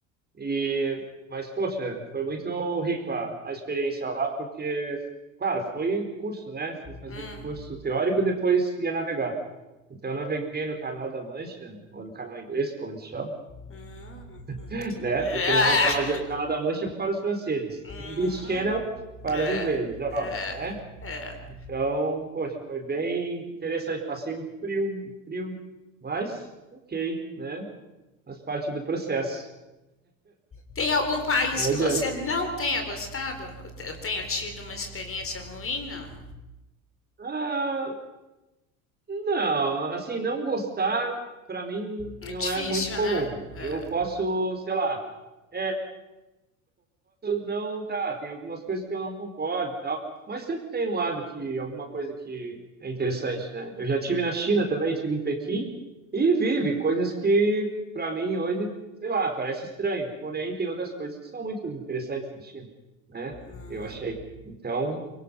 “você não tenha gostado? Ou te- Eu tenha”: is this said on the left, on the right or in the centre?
Left